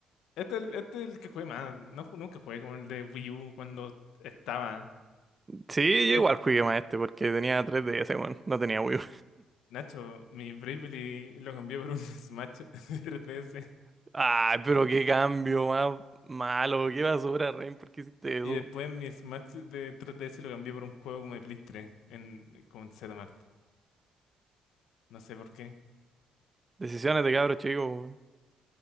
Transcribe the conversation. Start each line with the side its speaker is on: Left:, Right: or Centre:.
Left: Este es el, este es el que jugué más. No, ju- nunca jugué como el de Wii U cuando estaba.
Right: Sí,
Left: Es-
Right: yo igual jugué más este porque tenía 3DS, weón, no tenía Wii U.
Left: Nacho, mi Bravely lo cambié por un <laughs> Smash de 3DS.
Right: <laughs> Ay, pero qué cambio más malo, qué basura, Rain, ¿por qué hiciste eso?
Left: Y después mi Smash de 3DS lo cambié por un juego como de Play 3 en, con Zmart. No sé por qué.
Right: Decisiones de cabro chico, weón.